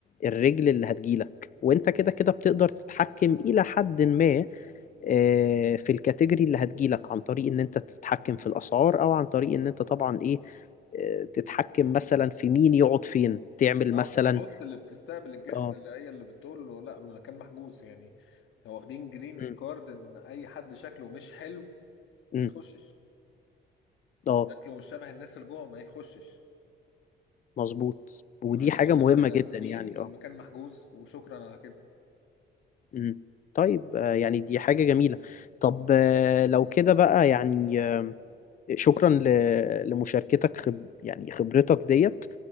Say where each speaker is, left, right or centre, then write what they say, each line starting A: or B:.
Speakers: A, on the left (about 40°); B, on the left (about 80°).
A: الرجل اللي هتجيلك وانت كده كده بتقدر تتحكم الى حد ما آه، في الكاتيجوري اللي هتجيلك عن طريق ان انت تتحكم في الاسعار او عن طريق ان انت طبعا ايه آه، تتحكم مثلا في مين يقعد فين تعمل
B: اه
A: مثلا
B: في الهوست اللي بتستقبل الجست
A: اه
B: اللي هي اللي بتقول له لا المكان محجوز يعني هو واخدين جرين
A: أم،
B: كارد ان اي حد شكله مش حلو
A: أم،
B: ما يخشش
A: اه
B: شكله مش شبه الناس اللي جوه ما يخشش
A: مظبوط
B: معلش
A: ودي حاجة
B: يا
A: مهمة
B: جماعة احنا
A: جدا
B: اسفين
A: يعني
B: المكان
A: اه
B: محجوز وشكرا على كده
A: أم. طيب آه، يعني دي حاجة جميلة طب آه، لو كده بقى يعني آه، شكرا ل- لمشاركتك خب يعني خبرتك ديت